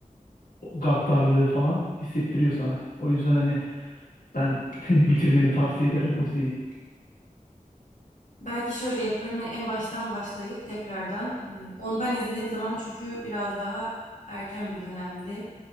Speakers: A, on the left; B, on the left.
A: O gaddarlığı falan hissettiriyor sana. O yüzden hani ben <laughs> bitirmeni tavsiye ederim o diziyi.
B: Belki şöyle yaparım. Hani en baştan başlayıp tekrardan hani onu ben izlediğim zaman çünkü biraz daha erken bir dönemdi.